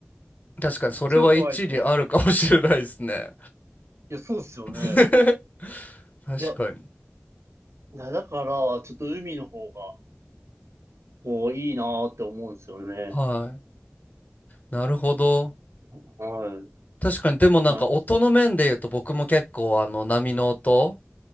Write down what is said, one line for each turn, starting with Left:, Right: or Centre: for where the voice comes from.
Left: 確かにそれは一理あるかもしれないですね。
Right: 超怖いですね。いや、そうっすよね。
Left: <laughs> 確かに。
Right: いや、だ、だから、ちょっと海の方が、こう、いいなーって思うんですよね。
Left: はい。なるほど。
Right: は
Left: 確かに、でもなんか音の面で言うと僕も結構あの波の音、
Right: い。はい。